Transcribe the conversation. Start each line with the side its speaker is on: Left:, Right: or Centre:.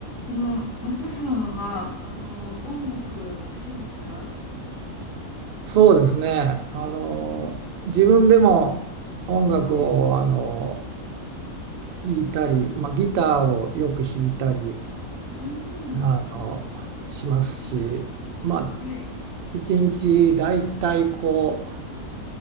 Left: あの、マサさんは、あの、音楽好きですか
Right: そうですね。あの自分でも音楽をあの
Left: はい。
Right: 弾いたり、まあ、ギターをよく弾いたり
Left: うん。
Right: あのしますし、まあ、
Left: はい。
Right: 一日だいたいこう